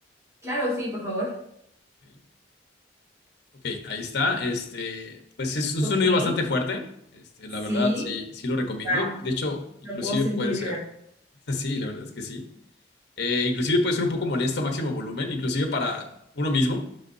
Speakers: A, on the right; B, on the left.
A: claro, sí, por favor.
B: Ok, ok, ahí está. Este, pues es un
A: Ok,
B: sonido bastante fuerte. Este,
A: sí,
B: la verdad, sí, sí lo recomiendo.
A: wow,
B: De hecho, inclusive
A: lo puedo sentir
B: puede
A: vibrar.
B: ser. <laughs> Sí, la verdad es que sí. Eh, inclusive puede ser un poco molesto a máximo volumen, inclusive para uno mismo,